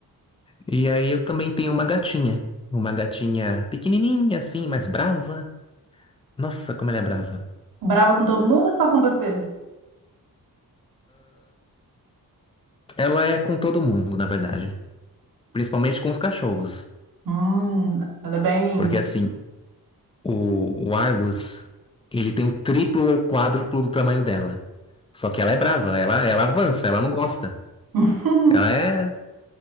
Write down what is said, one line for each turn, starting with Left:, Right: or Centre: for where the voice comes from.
Left: E aí eu também tenho uma gatinha. Uma gatinha pequenininha, assim, mas brava. Nossa, como ela é brava.
Right: Brava com todo mundo ou só com você?
Left: Ela é com todo mundo, na verdade. Principalmente com os cachorros.
Right: Hum, ela é bem.
Left: Porque assim, o, o Argus, ele tem o triplo ou quádruplo do tamanho dela. Só que ela é brava, ela, ela avança, ela não gosta.
Right: <laughs>
Left: Ela é,